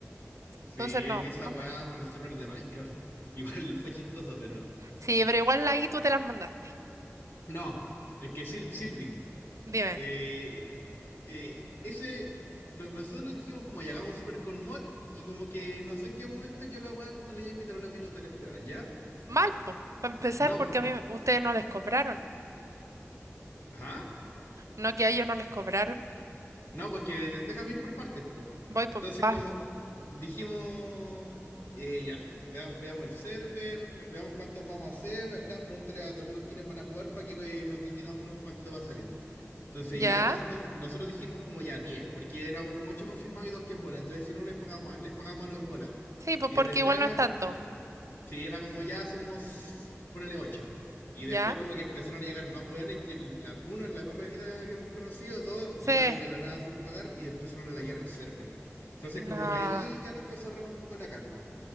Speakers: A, on the left; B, on the right.
A: Sí,
B: Entonces no,
A: e, esa
B: no
A: weá
B: corresponde.
A: por el server de Minecraft. <laughs> Igual fue chistoso, pero.
B: Sí, pero igual ahí tú te las mandaste.
A: No, es que Sil- Silvi,
B: Dime.
A: eh, eh, ese. no- nosotros dijimos como ya hagamos un server con mod y como que no sé en qué momento quedó la weá como de ya invitar a los amigos del Esteban, ¿ya?
B: Mal, po. Para empezar,
A: No,
B: porque a mí ustedes no les cobraron.
A: ¿ah?
B: No que a ellos no les cobraron.
A: No, porque déjame ir por partes, pues.
B: Voy por...
A: Entonces,
B: vas.
A: como dijimos, eh, ya, veamos, veamos el server, veamos cuántos vamos a hacer. Esteban, pregúntale a tus amigos quiénes van a jugar para que eh, nos dividamos cuánto va a salir. Entonces
B: ¿Ya?
A: ya nosotros, nos- nosotros dijimos como ya 10 porque éramos como 8 confirmados y 2 que en bola. Entonces si no les pagamos, a- les pagamos a los en bola.
B: Sí, pues
A: Y
B: porque
A: del Esteban
B: igual no
A: era
B: es tanto.
A: como, sí, era como ya somos, ponele ocho Y
B: ¿Ya?
A: después como que empezaron a llegar más hueones que en la, uno en la perra vida habíamos conocido, dos
B: Sí.
A: llegaron de la nada sin pagar y empezaron a layar el server. Entonces
B: No.
A: como que ahí ya nos empezó a agarrar un poco la calma.